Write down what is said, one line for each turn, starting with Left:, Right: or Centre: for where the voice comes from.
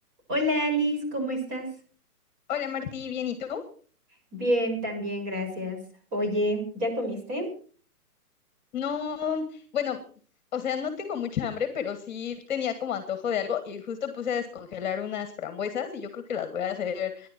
Right: Hola Alice, ¿cómo estás?
Left: Hola Martí, bien, ¿y tú?
Right: Bien, también, gracias. Oye, ¿ya comiste?
Left: No, bueno, o sea, no tengo mucha hambre, pero sí tenía como antojo de algo y justo puse a descongelar unas frambuesas y yo creo que las voy a hacer,